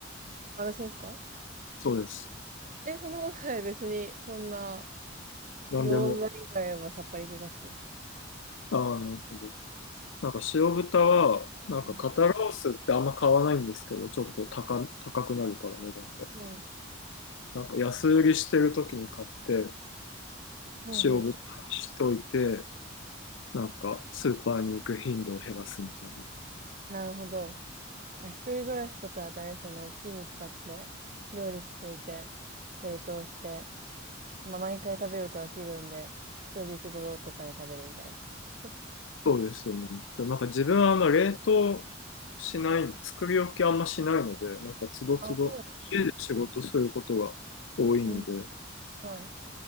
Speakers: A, on the right; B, on the left.
A: 私ですか
B: そうです。
A: え、そんなことない。別に、そんな、
B: なんでも。
A: 餃子以外はさっぱり系が好きです。
B: ああ、なるほど。なんか塩豚は、なんか肩ロースってあんま買わないんですけど、
A: うん。
B: ちょっと高、高くなるから値段が。
A: うん。
B: なんか安売りしてる時に買って、
A: うんうん。
B: 塩豚にしといて、なんかスーパーに行く頻度を減らすみたいな。
A: なるほど。あ、一人暮らしとか大変ですよね。大きい肉買って、料理しといて、冷凍して、まあ、毎回食べると飽きるんで、数日後とかに食べるみたいな。<laughs>
B: そうですよね。でもなんか自分はあんま冷凍しない、作り置きあんましないので、なんかつどつど家で仕事することが多いので、
A: あ、そうなんですね。うん。はい。う